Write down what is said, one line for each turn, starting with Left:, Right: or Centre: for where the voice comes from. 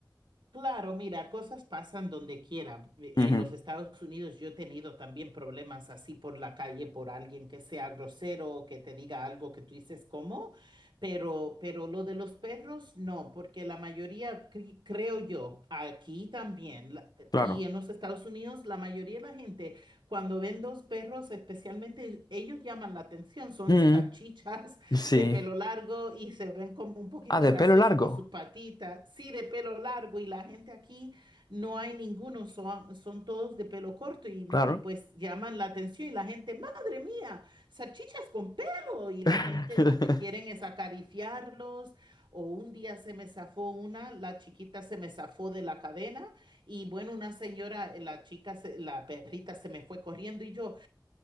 Right: Claro, mira, cosas pasan donde quiera. En
Left: Ujú,
Right: los Estados Unidos yo he tenido también problemas así por la calle por alguien que sea grosero o que te diga algo que tú dices cómo, pero, pero lo de los perros no, porque la mayoría, cre- creo yo, aquí también la-
Left: Claro,
Right: y en los Estados Unidos, la mayoría de la gente cuando ven dos perros, especialmente ellos llaman la atención, son
Left: Mm,
Right: salchichas
Left: sí.
Right: de pelo largo y se ven como un poquito
Left: Ah, de
Right: graciosos
Left: pelo largo.
Right: con sus patitas. Sí, de pelo largo y la gente aquí no hay ninguno, son, son todos de pelo corto y,
Left: claro.
Right: y pues llaman la atención y la gente, madre mía, salchichas con pelo y la
Left: <laughs>
Right: gente lo que quieren es acariciarlos. O un día se me zafó una, la chiquita se me zafó de la cadena y bueno, una señora, la chica, se- la perrita se me fue corriendo y yo,